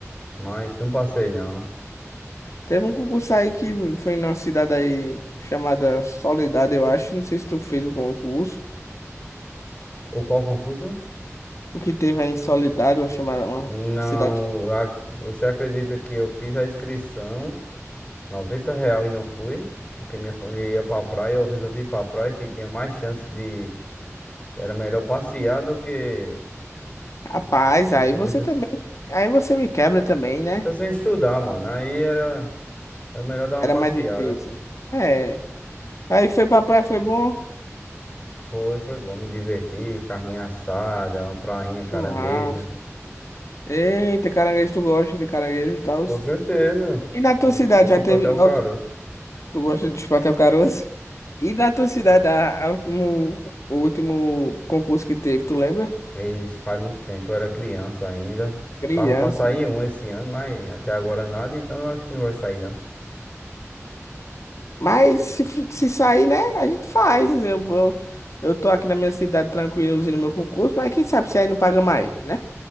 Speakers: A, on the left; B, on the left.
A: mas não passei não.
B: Teve um concurso aí que foi numa cidade aí chamada Soledade, eu acho. Não sei se tu fez o concurso.
A: O qual concurso?
B: O que teve aí em Soledade, uma chamada, uma
A: Não,
B: cidade.
A: a- você acredita que eu fiz a inscrição, 90 real e não fui? Porque minha família ia pra praia, eu resolvi ir pra praia que tinha mais chance de. Era melhor passear do que.
B: Rapaz,
A: Não
B: aí
A: tinha
B: você
A: muita
B: também.
A: chance.
B: Aí você me quebra também, né?
A: Eu sem estudar, mano. Aí era, era melhor dar uma
B: Era
A: passeada.
B: mais difícil. É. Aí foi pra praia, foi bom.
A: Foi, foi bom, me divertir, carninha assada, uma prainha,
B: Churrasco.
A: caranguejo.
B: Eita, caranguejo, tu gosta de caranguejo e tal.
A: Com certeza.
B: E na tua cidade
A: Chupa
B: já teve.
A: até o caroço.
B: ó, Tu, tu gosta de chupar o caroço? E na tua cidade, a, a último, o último concurso que teve, tu lembra?
A: Isso faz muito tempo, eu era criança ainda.
B: Criança.
A: Tava pra sair um esse ano, mas até agora nada, então eu acho que não vai sair, não.
B: Mas se, f- se sair, né? A gente faz. Eu vou. Eu tô aqui na minha cidade tranquilo, usando meu concurso, mas quem sabe se aí não paga mais, né?